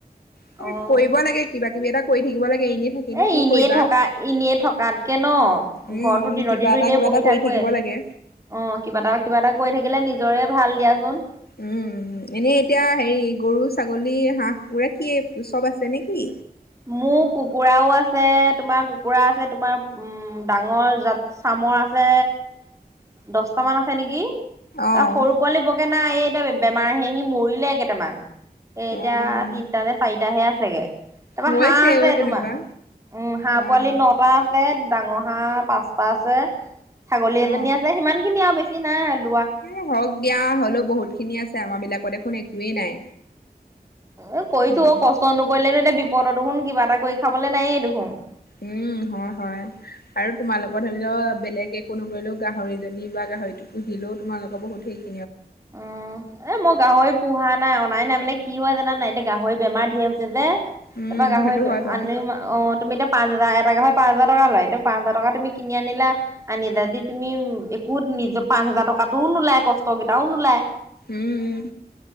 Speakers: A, on the left (about 75°); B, on the right (about 20°).
A: স
B: অ'
A: কৰিব লাগে কিবা কিব এটা কৰি থাকিব লাগে এনেই থাকিনো
B: এ
A: কি
B: এনেই
A: কৰিবা
B: থকা এনেই থকাতকে ন ঘৰতৰতো
A: উম উম
B: দিনৰ
A: কিবা
B: দিনো
A: এটা
B: এনেই
A: কিবা
B: বহি
A: এটা কৰি
B: থাকোৱেই
A: থাকিব লাগে
B: অ কিবা এটা কিবা এটা কৰি থাকিলে নিজ নিজৰে ভাল দিয়াচোন
A: উম এনেই এতিয়া হেৰি গৰু ছাগলী হাঁহ গৰাকাকী চব আছে নেকি
B: মোৰ কুকুৰাও আছে তোমাৰ কুকুৰা আছে তোমাৰ উম ডাঙৰাত চামৰ আছে দহটামান আছে নেকি
A: অ'
B: তাৰ সৰু পোৱালি বগে না এই বেমাৰ আহে সি মৰিলে কেইটামান। এ এতিয়া
A: অ'
B: তিনটা নে চাৰিটাাহে আছে। চাগে। তাৰাপা
A: হৈছে
B: হাঁহ আছে
A: অ' তেনেকুৱা
B: তোমাৰ উম হাঁহ
A: অ'
B: পোৱালি নটা আছে। ডাঙৰ হাঁহ পাঁচটা আছে। ছাগলী
A: অ'
B: এজনী আছে সিমান খিনি আৰু বেছি বেছিনাই
A: এ হওক দিয়া হ'লেও বহুত খিনি আছে আমাৰ বিলাকত দেখোন একো কোৱেই নাই।
B: এ কছো
A: হেৰি
B: কষ্ট নকৰিলেনো এতিয়া বি পদ দুুখন কিবা এটা কৰি খাবলৈ নায়েই এই দেখোন।
A: উম হয় হয় আৰু তোমালোকৰ ধৰি লও বেলেগ একো নকৰিলেও গাহৰিজনী বা গাহৰিটো পুহিলেও তোমালোকৰ বহুত সেই
B: অ এ মই গাহৰি পোহা নাই অনাই নাই মানে কি হয় জানা নাই এতিয়া গাহৰি বেমাৰ ধেৰ হৈছে যে,
A: উম
B: তাৰপা গাহৰি
A: সেইটো হয় বাৰু
B: আনি অ তুমি এতিয়া পাঁচ হাজাৰ এটাকে হয় পাঁচ হাজ টকা লয়টো পাঁচ হাজাৰ টকা তুমি কিনি আনিলা আনি যদি তুমি একো নিজৰ পাঁচ হাজাৰ টকাতো নোলাই কষ্টেই টাউন ওলায়।
A: উম